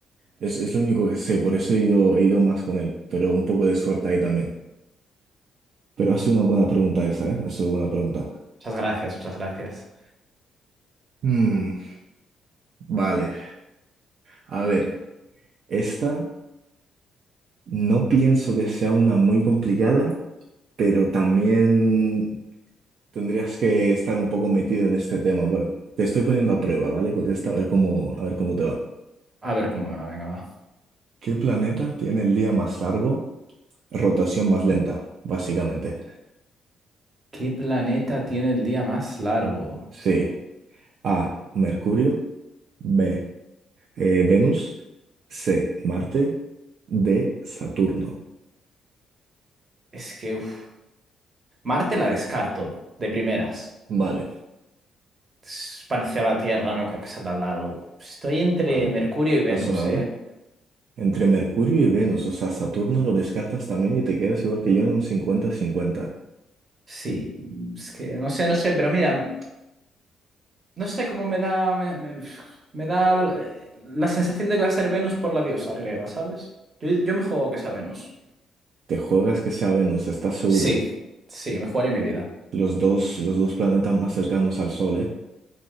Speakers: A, on the right; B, on the right.
A: Es, es lo único que sé, por eso he ido, he ido más con él. Pero un poco de suerte ahí también. Pero ha sido una buena pregunta esa, ¿eh? Ha sido buena pregunta.
B: Muchas gracias, muchas gracias.
A: Mm, vale, a ver. Esta no pienso que sea una muy complicada, pero también tendrías que estar un poco metido en este tema. Bueno, te estoy poniendo a prueba, ¿vale? Contesta a ver cómo, a ver cómo te va.
B: A ver cómo me va, venga, va.
A: ¿Qué planeta tiene el día más largo, rotación más lenta, básicamente?
B: ¿Qué planeta tiene el día más largo?
A: Sí. A. Mercurio. B. eh, Venus. C. Marte. D. Saturno.
B: Es que, uf. Marte la descarto, de primeras.
A: Vale,
B: Es parecido a la Tierra, no creo que sea tan largo. Estoy entre
A: vale.
B: Mercurio y Venus,
A: Razonable.
B: ¿eh?
A: Entre Mercurio y Venus, o sea, Saturno lo descartas también y te quedas igual que yo en un 50-50.
B: Sí, es que no sé, no sé, pero mira, no sé cómo me da. Me, me- me da l- eh, la sensación de que va a ser Venus por la diosa griega, ¿sabes? Yo, yo me juego que sea Venus.
A: Te juegas que sea Venus, estás seguro.
B: Sí, sí, me jugaré mi vida.
A: Los dos, los dos planetas más cercanos al Sol, ¿eh?